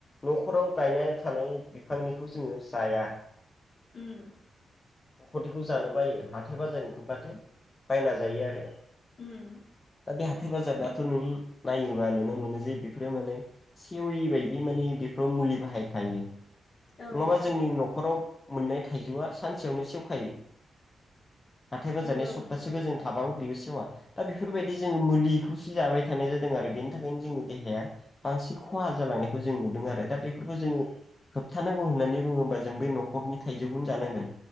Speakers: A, on the left; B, on the left.
A: न'खराव गायना थानाय बिफांनिखौ जोङो जाया।
B: उम
A: नखरनिखौ जानो बायो हाथाय बाजारनि खोबबाथाय बायना जायो आरो
B: उम
A: दा बे हाथाइ बाजाबाथ' नुयो नायोबा नुनो मोनो जे बेफोरो माने सेवि बायदि माने बेफोराव मुलि बाहायखायो।
B: औ
A: नङाबा जोंनि न'खराव मोननाय थाइजौआ सानसेयावनो सेवखायो। हाथाय बाजारनि
B: नंगौ
A: सप्तासेखौ
B: नोंथां
A: जों थाबावो बेयो सेवा दा बेफोरबायदि जोङो मुलिखौसो जाबाय थानाय जा दों आरो बेनि थाखायनो जोंनि देहाया बांसिन खहा जालांनायखौ जों नुदों आरो दा बेफोरखौ जोङो होबथानांगौ होननानै बुङोबा जों बे न'खरनि थाइजौखौनो जानांगोन